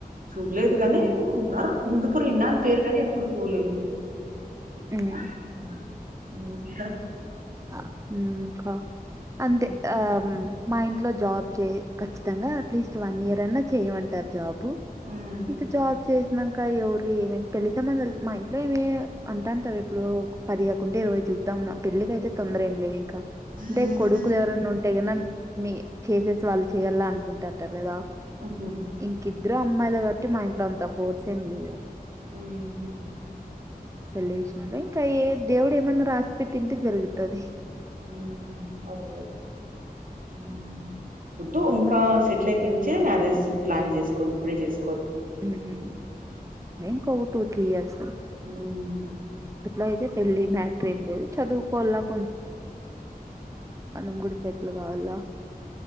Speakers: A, on the right; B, on the right.
A: చూడలేదు కాని
B: ఉమ్
A: ఉన్నారు హిందుపుర్ విన్నాను పేరు కాని ఎప్పుడు పోలేదు
B: ఉమ్
A: హ్మ్మ్ హ్మ్మ్ హ్మ్మ్ ఇంకా
B: ఆ హ్మ్మ్ క అంతే
A: హ్మ్.
B: ఆ మ్మ్ మా ఇంట్లో జాబ్ చేయ ఖచ్చితంగా అట్లీస్ట్ వన్ ఇయర్ అన్నా చేయమంటారు జాబ్ బ్బ
A: హ్మ్.
B: ఇక జాబ్ చేసినంత ఇంకా ఎవరు ఏం ఏం పెళ్ళి సంబందాలు మా ఇంట్లో ఏమి అంటు అంటారు ఇప్పుడు పదిగాకుంటే ఇరవై చూద్దాం పెళ్ళకి అయితే తొందర ఏం లే అంటే
A: హ్మ్.
B: కొడుకులు ఎవరైనా ఉంటే గిన మే చేసేసి వాళ్ళు చెయ్యాల అనుకుంటుంటారు <unintelligible>
A: హ్మ్.
B: ఇంకింద్దరం అమ్మాయిలు కాబట్టి మా ఇంట్లో అంత ఫోర్స్ ఏం లేదు
A: హ్మ్.
B: పెళ్లి చేసుకుంటే ఇంకా ఏం దేవుడు ఏమన్నా రాసి పెట్టింటే జరుగు తది
A: హ్మ్మ్ అదేగద హ్మ్మ్ వొద్దు ఇంకా సెటిల్ అయిపోయించే మ్యారేజ్ ప్లాన్ చేసుకోండి ఇప్పుడే చేస్
B: హ్మ్మ్ నేను ఇంకో టూ త్రీ ఇయర్స్
A: హ్మ్మ్
B: ఇప్పుడైతే పెళ్లి మ్యాటర్ ఏం లేదు చదువుకోలా కొంచం మనం గుడిసై అట్లు కావాల